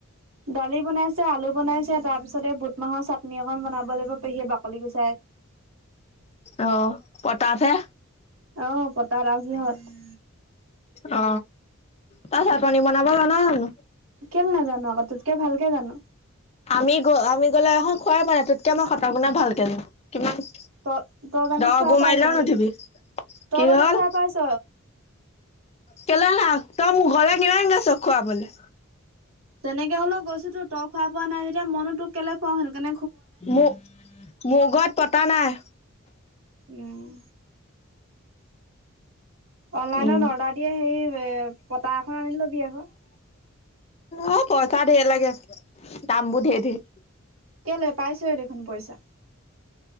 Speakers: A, on the right; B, on the left.
A: দালি বনাইছে আলু বনাইছে তাৰ পিছত পিছতে বুট মাহৰ চাটনি এন বনাবলৈ পেহীয়ে বাকলি গৈছে
B: অ পতাছেে
A: অ পতা আৰু সিহঁত
B: অ তাৰ চাল পানী বনাব জানানো
A: কেলে নাজানো আকৌ তোতকে ভালকে জানো
B: আমি গ আমি গলে আহক খোৱাই প নাই ততকে আমাৰ সতা বনাাই ভালকে কিমানা
A: তই তই জানো
B: দ
A: খুৱাই
B: গো
A: পাইছ
B: মাৰ
A: সেইটো
B: লাও নঠিবি
A: তই
B: কি
A: জানো
B: হল
A: খুৱাই পাইছ
B: কেলে না ত মোৰ গলে কিমান গাছ খোৱা বলে
A: তেনেকে হ'লেও গৈছো তো তই খোৱা পোৱা নাই যেতিয়া মনো তোক কেলে খুৱও হেন
B: ম মগত পতা নাই
A: উম অনলাইনত
B: উম
A: অৰ্ডাৰ দিয়ে সেই পতা এখন আনি লবি এখন
B: অ পইচা ধেৰ লাগে দাম বোৰ ধঢেৰ ধেৰ
A: কেলৈ পাইছহে দেখোন পইচা